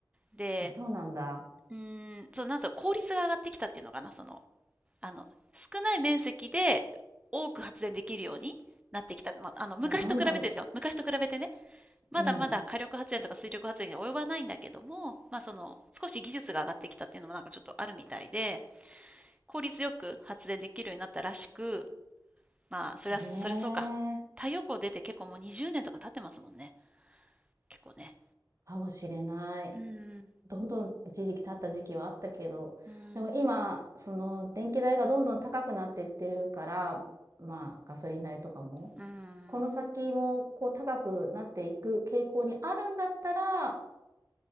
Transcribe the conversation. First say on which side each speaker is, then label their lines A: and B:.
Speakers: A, on the right (about 15°); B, on the right (about 40°).
A: で
B: あ、そうなんだ。
A: うーん、そう、なんぞ効率が上がってきたっていうのかな、その、あの、少ない面積で多く発電できるようになってきた。まあ、あの、昔と比べてですよ。
B: あ、どんどん
A: 昔と比べてね、まだまだ火力発電とか水力発電には及ばないんだけども、
B: うん。
A: まあ、その、少し技術が上がってきたっていうのもなんかちょっとあるみたいで、効率よく発電できるようになったらしく、まあ、そりゃ、
B: ねえ、
A: そりゃそうか。太陽光出て結構もう20年とか経ってますもんね。結構ね。
B: かもしれない。
A: うーん、
B: どんどん一時期経った時期はあったけど、
A: うーん、
B: でも今、その、電気代がどんどん高くなってってるから、まあ、ガソリン代とかも、
A: うーん、
B: この先も、こう、高くなっていく傾向にあるんだったら、